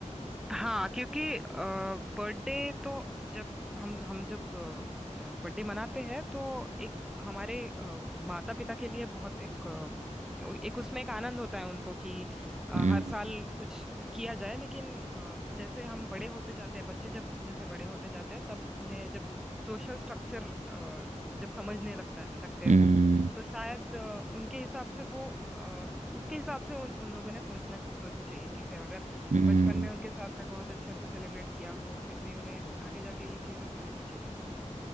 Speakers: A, in the centre; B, on the right.
A: हाँ क्योंकि बर्थडे तो जब हम हम जब बर्थडे मनाते हैं तो एक हमारे माता पिता के लिए बहुत एक अ, एक उसमें एक आनंद होता है उनको कि अ,
B: हम्म
A: हर साल कुछ किया जाए लेकिन अ, जैसे हम बड़े होते जाते हैं बच्चे जब जैसे बड़े होते जाते हैं तब उन्हें जब सोशल स्ट्रक्चर जब समझने लगता है लगते हैं
B: हम्म
A: वो तो शायद अ, उनके हिसाब से वो अ, उसके हिसाब से उन उन लोगों ने सोचना सोचनी चाहिए चीज़ें अगर
B: हम्म,
A: बचपन में उनके साथ में बहुत अच्छे से सेलिब्रेट किया हो फिर भी उन्हें आगे जाके ये चीजें समझनी चाहिए क्योंकि